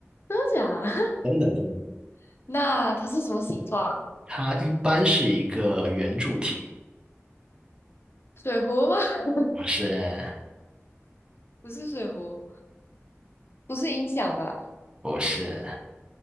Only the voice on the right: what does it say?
真的真的，
它一般是一个圆柱体，
不是
不是